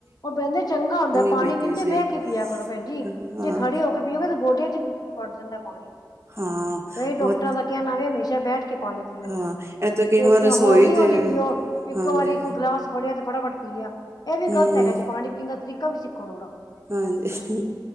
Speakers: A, on the left (about 55°); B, on the right (about 35°).
A: ਉਹ ਬਹਿੰਦੇ ਚੰਗਾ ਹੁੰਂਦਾ ਪਾਣੀ
B: ਪੀਤੀ
A: ਪੀਂਦੇ
B: ਜੇ
A: ਬਹਿ ਕੇ ਪੀਆ ਕਰੋ ਭੈਣਜੀ
B: ਹਾਂ
A: ਜੇ ਖੜੇ ਹੋ ਕੇ ਪੀਓਗੇ ਤੇ ਗੋਡਿਆਂ ਚ ਵੜ ਜਾਂਦਾ ਪਾਣੀ
B: ਹਾਂ
A: ਏਈ ਡਾਕਟਰਾਂ
B: ਉਹ
A: ਦਾ ਕਹਿਣਾ ਵੇ ਹਮੇਸ਼ਾ ਬੈਠ ਕੇ ਪਾਣੀ ਪੀਓ,
B: ਹਾਂ ਇਹ ਤਾਂ ਕਈ ਵਾਰ
A: ਇੱਕ
B: ਰਸੋਈ
A: ਹੌਲੀ -ਹੌਲੀ
B: ਦੇ
A: ਪੀਓ, ਇੱਕੋ
B: ਹਾਂਜੀ
A: ਵਾਰੀ ਇੱਕ ਗਿਲਾਸ ਫੜੇਆ ਤੇ ਫਟਾਫਟ ਪੀ ਲਿਆ, ਏਹ ਵੀ
B: ਹੂੰ
A: ਗਲਤ ਹੈਗਾ ਜੇ, ਪਾਣੀ ਪੀਣ ਦਾ ਤਰੀਕਾ ਵੀ ਸਿੱਖੋ ਥੋੜਾ।
B: ਹਾਂਜੀ,